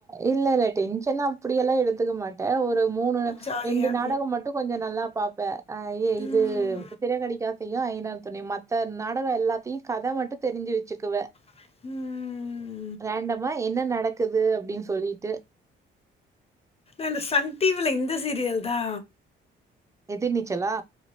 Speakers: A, on the right; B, on the left.
A: இல்லல்ல டென்ஷன் அப்டியெல்லா எடுத்துக்க மாட்ட ஒரு மூணு
B: ஜாலியா
A: ரெண்டு நாடகம் மட்டு கொஞ்சோ நல்லா பாப்பே அயே
B: ம்
A: இது சிறகடிக்கா ஆசையு ஐய்யானார் துணை மத்த நாடகோ எல்லாத்தையு கதை மட்டும் தெரிஞ்சு வெச்சுக்குவே
B: ம் ம் ம்
A: ரேண்டமா என்ன நடக்குது அப்டின் சொல்லிட்டு
B: இந்த சன் டி வி ல இந்த சீரியல்தா
A: எதிர் நீச்சலா